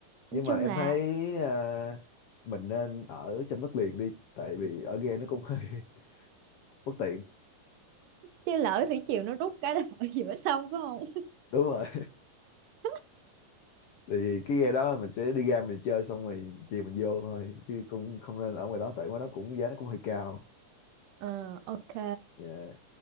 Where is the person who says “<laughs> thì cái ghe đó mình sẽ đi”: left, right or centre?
Left